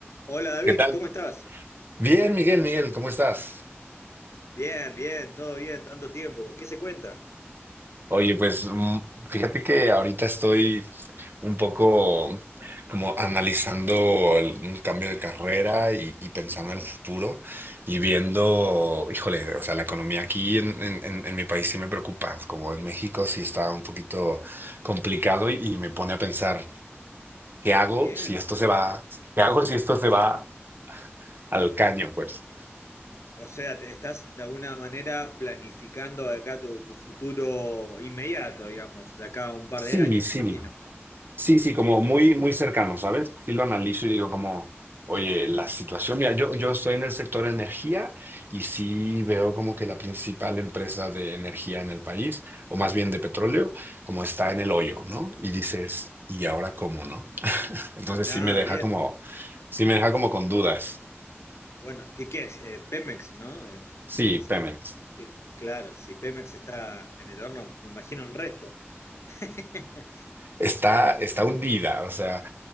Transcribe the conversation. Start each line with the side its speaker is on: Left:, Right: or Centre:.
Left: Hola David,
Right: ¿Qué tal?
Left: ¿cómo estás?
Right: Bien, Miguel, Miguel, ¿cómo estás?
Left: Bien, bien, todo bien, tanto tiempo. ¿Qué se cuenta?
Right: Oye, pues mm, fíjate que ahorita estoy un poco como analizando el- un cambio de carrera y, y pensando en el futuro y viendo, híjole, o sea, la economía aquí en, en- en- en mi país sí me preocupa, como en México sí está un poquito complicado y, y me pone a pensar, ¿qué hago
Left: Bien.
Right: si esto se va? ¿Qué hago si esto se va al caño? Pues
Left: O sea, te- estás de alguna manera planificando de acá tu, tu futuro inmediato, digamos, de acá a un par
Right: sí,
Left: de años,
Right: sí.
Left: me imagino.
Right: Sí, sí, como muy, muy cercano, ¿sabes? Y lo analizo y digo
Left: Mm.
Right: como, oye, la situación, mira, yo, yo estoy en el sector energía y sí veo como que la principal empresa de energía en el país, o más bien de petróleo, como está en el hoyo, ¿no? Y dices, ¿y ahora cómo, no? Entonces
Left: Ah,
Right: sí me deja
Left: bien.
Right: como, sí me deja como con dudas.
Left: Bueno, ¿qué qué es? Eh, Pemex, ¿no? Eh,
Right: Sí,
Left: esa.
Right: Pemex.
Left: Cl- Claro, si Pemex está en el horno, me imagino el resto. <laughs>
Right: Está, está hundida, o sea.